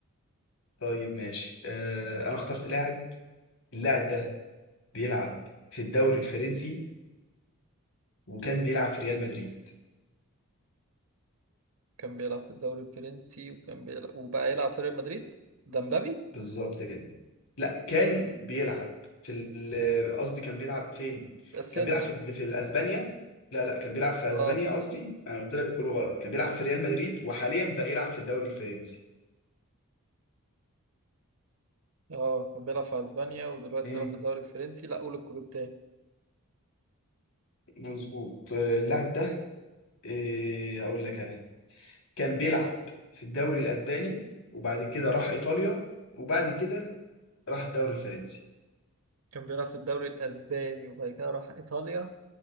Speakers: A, on the left (about 75°); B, on the right (about 75°).
A: طيب ماشي آه، انا اخترت لاعب اللاعب ده بيلعب في الدوري الفرنسي وكان بيلعب في ريال مدريد
B: كان بيلعب في الدوري الفرنسي وكان بيلعب وبقى يلعب في ريال مدريد ده مبابي
A: بالظبط كده لا كان بيلعب في ال- قصدي كان بيلعب فين
B: اسينسيو
A: كان بيلعب في في اسبانيا لا لا كان بيلعب في
B: اه
A: اسبانيا قصدي انا قلت لك كله غلط كان بيلعب في ريال مدريد وحاليا بقى يلعب في الدوري الفرنسي
B: اه كان بيلعب في اسبانيا ودلوقتي
A: امم
B: بيلعب في الدوري الفرنسي لا قول الكلوب تاني.
A: مظبوط آه، اللاعب ده آه، اقول لك انا كان بيلعب في الدوري الاسباني وبعد كده راح ايطاليا وبعد كده راح الدوري الفرنسي
B: كان بيلعب في الدوري الأسباني وبعد كده راح إيطاليا